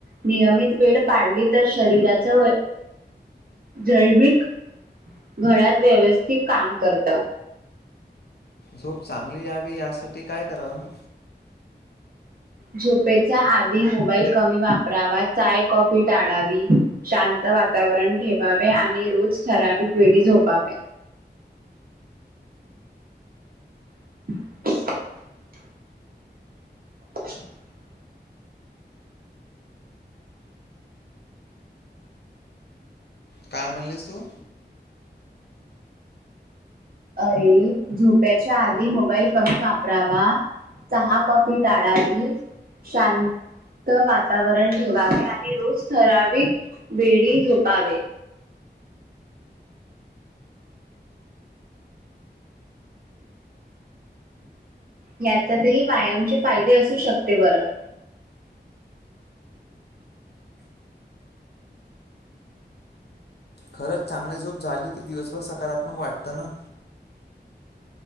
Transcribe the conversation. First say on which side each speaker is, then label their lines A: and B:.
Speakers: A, on the right; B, on the left.
A: नियमित वेळ पाळली तर शरीराचं वय जैविक घळ्यात व्यवस्थित काम करत.
B: झोप चांगली यावी यासाठी काय करावं?
A: झोपेचा आधी मोबाईल कमी वापरावा. चाय, कॉफी टाळावी. शांत वातावरण ठेवावे आणि रोज ठराविक वेळी झोपावे. <inaudible> <inaudible>
B: काय म्हणलीस तू?
A: अरे झोपायच्या आधी मोबाईल कमी वापरावा. चहा, कॉफी टाळावी शांत त वातावरण ठेवावे आणि रोज ठराविक वेळी झोपावे. याच्यातही व्यायामचे फायदे असू शकते बरं.
B: खरंच चांगली झोप झाली की दिवसभर सकारात्मक वाटतं ना‌.